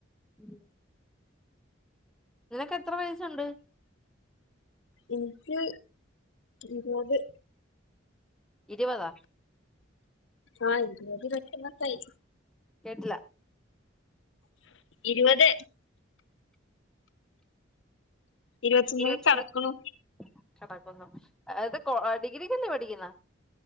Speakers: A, in the centre; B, on the left.
A: ഉം നിനക്കെത്ര വയസ്സുണ്ട്?
B: ഇന്ക്ക് ഇരുവത്
A: ഇരുവതോ
B: ആഹ് ഇര് വത് ഇരുവത്താന്നൊക്കായി.
A: കേട്ട്ല
B: ഇരുവത് ഇരുപത്തൊന്നിന്
A: ഇരുവത്തൊന്ന്
B: കടക്കണു
A: <unintelligible> എത് കോ ഡിഗ്രിക്കല്ലേ പഠിക്കുന്നേ.